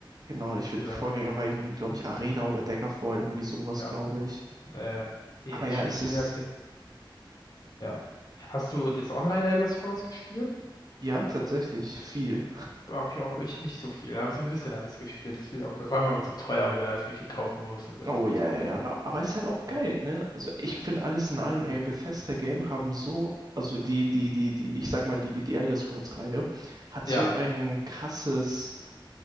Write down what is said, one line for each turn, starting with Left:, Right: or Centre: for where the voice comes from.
Right: Genau, ich würde,
Left: sein.
Right: Vorgänger war irgendwie, glaube ich, Arena oder Daggerfall, irgendwie sowas,
Left: Ja.
Right: glaube ich.
Left: Äh, ja,
Right: Aber ja,
Left: stimmt,
Right: es ist,
Left: ja. der- ja. Hast du das Online Elder Scrolls gespielt?
Right: ja, tatsächlich viel.
Left: Hab ich auch echt nicht so viel, aber so ein bisschen habe ich es gespielt. Das finde ich auch cool. Vor allem, wenn man zu teuer, weil du ja alles Mögliche kaufen musst und so. Das
Right: Oh,
Left: war
Right: ja,
Left: zu blöd
Right: ja, ja.
Left: dann.
Right: Aber ist halt auch
Left: Ja,
Right: geil, ne? Also, ich finde alles in allem, ey, Bethesda-Game haben so, also die, die, die, die, ich sag mal, die, die Elder Scrolls-Reihe hat
Left: ja,
Right: so ein krasses